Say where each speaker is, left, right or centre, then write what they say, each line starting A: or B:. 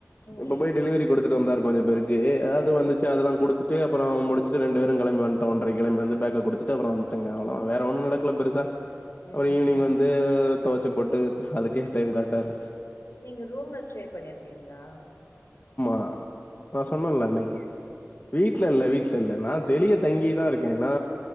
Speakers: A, on the left; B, on the left.
A: ம் ம்
B: இப்ப போய் டெலிவரி கொடுத்துட்டு வந்தார் கொஞ்சோ பேருக் அது வந்துச்சா அதெல்லா குடுத்துட்டு அப்புறோ முடிச்சிட்டு ரெண்டு பேரு கெளம்பிவன்டோ ஒன்ரை கெளம்பி வந்து பேக்க குடுத்துட்டு அப்புறோ வந்துட்டாங்க அவ்வளோதா வேற ஒன்னு நடக்கல பெருசா
A: ம் ம்
B: அப்புறோ ஈவினிங் வந்து தொவச்சி போட்டு அதுக்கே டைம் கரெக்டா இருந்துச்
A: நீங்க ரூம்ல ஸ்டே பண்ணிருக்கீங்ளா
B: அ நா சொன்னல்ல அன்னைக்கி வீட்ல இல்ல வீட்ல இல்ல நா தெளிய தங்கிதாருக்கே நா